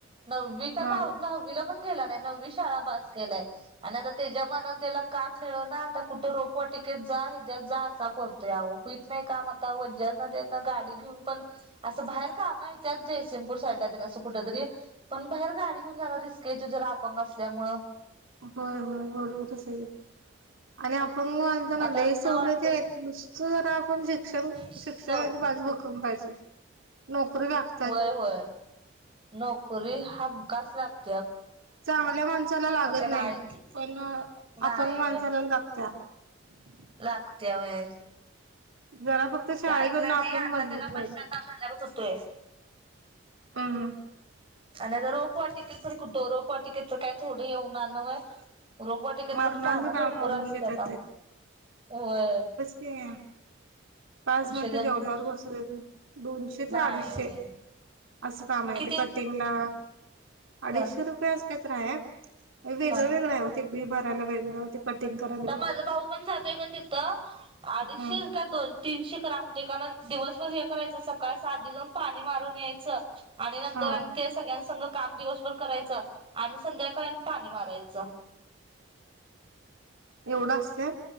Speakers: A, on the right (about 25°); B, on the right (about 80°).
A: नववी का
B: हा
A: दहा नववीला पण गेला नववी शाळा पास केल्या आणि आता त्याच्या म्हणून त्याला काम मिळ ना आता कुठं रोपवाटिकेत जा ह्याच्या्यात जा असा करण यावं होईत नाही काम आता व ज्यांना त्यांना गाडी घेऊन पण असं बाहेर कामं येत्यात जयसिंगपूर साईडाला तेन असं कुठ तरी पण बाहेर गाडी घेऊन जायला रिस्क येतय जरा आपंग असल्यामुळे
B: होय होय बरोबरच आहे आणि अपंग आण म्हणून म्हणले
A: आता आता
B: हे सोनेच
A: वाटतय
B: आहे जर आपण शिक्षण
A: सव
B: शिक्षणाची ची बाजू बघ कम पाहिजे नोकरी लागते.
A: होय होय नोकरी हमखास लागते.
B: चांगल्या माणसाला लागत
A: त्यानं
B: नाही
A: ऐक
B: पण अफंग
A: नाही
B: माणसाला लागत्या. ह
A: लागतिया व्हय
B: जरा फक्त शाळेकडनं
A: ते ऐकला नाही
B: आपण
A: आता
B: मजबूत
A: त्याला
B: पाहिजे
A: पश्चाताताप भलावत होतोय.
B: हम्म
A: आणि आता रोपवाटिके तर कुठं रोपवाटिकेट तर काय थोड येऊनन आहे. रोपवाटिकेत
B: मरणाचं
A: पण कामं
B: काम
A: भरपूर
B: ओढवून
A: असते
B: घेतात
A: आता वय
B: ते पाच मिनटं
A: जण
B: जेवढ्यावर
A: कुठ
B: बसू दे दोनशे ते
A: नाही
B: आठशे
A: होय
B: असं का माहती
A: किती
B: कटिंगला अडीचशे
A: ह
B: रुपये असले तर आहे. वेगळं
A: ह
B: वेगळं आहे होते बी भरायला वेगळं ते कटिंग कराय
A: तर माझं भाऊ पण जातोय काण तिथं अडीचशे
B: हम्म
A: का दोन तीनशे कराम होते कारण दिवसभर हे करायचं सकाळ स आध जाऊन पाणी मारून यायचं. आणि नंतर
B: हा
A: आणि ते सगळ्यां संग काम दिवसभर करायचं आणि संध्याकाळ आणि पाणी मारायचं
B: एवढं असते.